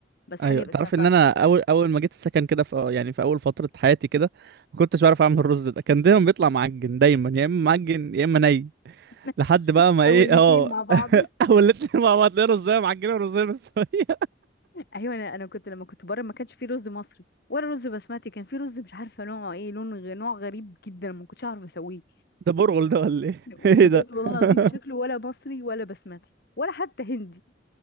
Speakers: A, on the left; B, on the right.
A: بس
B: ايوه
A: حاجة يبقى
B: تعرف
A: فيها طعم
B: ان انا
A: كده
B: اول اول ما جيت السكن كده في آه، يعني في اول فتره حياتي كده ما كنتش بعرف اعمل الرز ده كان دايما بيطلع معجن دايما يا اما معجن يا اما ني
A: <laughs>
B: لحد بقى ما
A: او
B: ايه
A: الاتنين
B: اه
A: مع بعض
B: <laughs> اول الاتنين مع بعض تلاقي رزايه معجنه ورزايه مستويه
A: <laughs> ايوه انا انا كنت لما كنت بره ما كانش في رز مصري ولا رز بسمتي كان في رز مش عارفه نوعه ايه لون غ- نوع غريب جدا ما كنتش اعرف اسويه
B: ده برغل ده ولا ايه
A: بجد
B: ايه ده
A: والله
B: <laughs>
A: العظيم شكله ولا مصري ولا بسمتي ولا حتى هندي